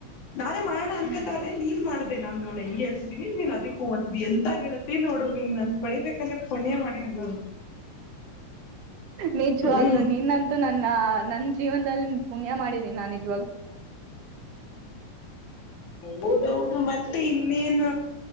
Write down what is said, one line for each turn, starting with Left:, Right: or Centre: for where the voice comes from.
Left: ನಾನೇ ಮಾಡಣ ಅನ್ಕತ
Right: ಹ್ಮ್
Left: ಅದೆೆ ನೀನ್ ಮಾಡ್ದ ನನ್ ನೋ ಹೆಂಗ ಹೇಳ್ತಿದಿನಿ ನೀನ್ ಅದಿ ಕೂ ಅಂತೀ ಎಂತ ಹೇಳ್ತಿ ನೋಡರು ನೀನ್ ನನ್ ಪಡಿಬೇಕಂದ್ರೆ ಕೊಣೆ ಮಾಡಿ ಹ್ಮ
Right: ನಿಜವಾಗ್ಲು
Left: ಹ್ಮ್
Right: ನೀನ್ನಂತೂ ನನ್ನ ನನ್ ಜೀವನದಲ್ಲಿ ಪುಣ್ಯ ಮಾಡಿದ್ದೀ ನಾನ ನಿಜ
Left: ಹೌದೌದು ಮತ್ತೆ ಇನ್ನೇನ್